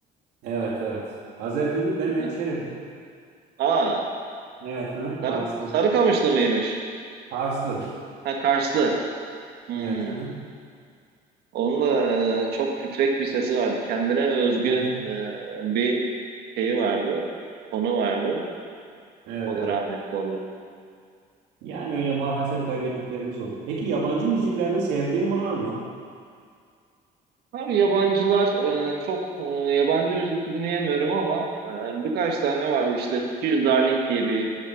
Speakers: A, on the right (about 85°); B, on the right (about 70°).
A: Evet evet. Azer Bülbül
B: <laughs>
A: benim hemşerim.
B: Aa,
A: Evet hı, Karslı.
B: Sarı, Sarıkamışlı mıymış?
A: Karslı.
B: Ha, Karslı. Hmm.
A: Evet hı.
B: Onun da e, çok titrek bir sesi vardı. Kendine özgü
A: Evet.
B: e, bir şeyi vardı. Tonu vardı.
A: Evet
B: O
A: evet.
B: da rahmetli oldu.
A: Yani öyle maalesef kaybettiklerimiz oldu. Peki yabancı müziklerde sevdiğin var mı?
B: Abi yabancılar e, çok e, yabancı müzik dinleyemiyorum ama e, birkaç tane vardı. İşte Tears Darling diye bir